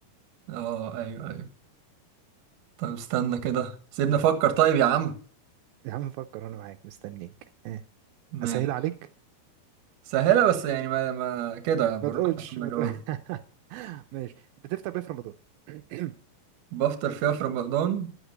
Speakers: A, on the right; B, on the right.
A: آه أيوه أيوه طب استنى كده سيبنا أفكر طيب يا عم
B: يا عم فكر انا معاك مستنيك آه.
A: ماشي
B: اسهل عليك
A: سهلة بس يعني ما, ما كده بالراحة
B: ما تقولش
A: عشان
B: ما
A: أجاوبها
B: تقول... <laughs> ماشي بتفطر بيه في رمضان <clears throat>
A: بفطر فيها في رمضان